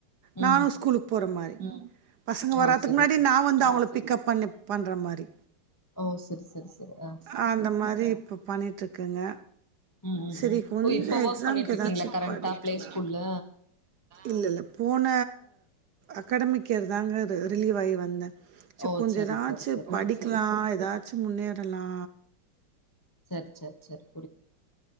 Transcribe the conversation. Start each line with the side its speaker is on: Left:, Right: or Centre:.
Right: நானு
Left: ம்
Right: ஸ்கூலுக்கு போற மாரி பசங்க வராத்துக்கு
Left: ஓ செரி
Right: முன்னாடி
Left: செரி
Right: நா வந்து அவுங்கள பிக்கப் பண்ணி பண்ற மாரி
Left: ஓ செரி செரி செரி ஆ
Right: ஆ அந்த மாரி இப்ப பண்ணிட்ருக்கேங்க
Left: ம் ம்
Right: செரி
Left: ம்
Right: கொஞ்சொ
Left: ஓ இப்ப
Right: எக்ஸாம்க்கு
Left: ஒர்க் பண்ணிட்ருக்கீங்களா
Right: எதாச்சு
Left: கரண்ட்டா
Right: படிக்கலா
Left: பிளே ஸ்கூல்ல
Right: இல்லெல்ல போன அகடாமிக்கியர் தாங்க ரிலீவ் ஆயி வந்தே சே
Left: ஓ
Right: கொஞ்ச
Left: செரி
Right: எதாச்சு
Left: செரி செரி
Right: படிக்லா எதாச்சு முன்னேறலா
Left: செர் செர் செர்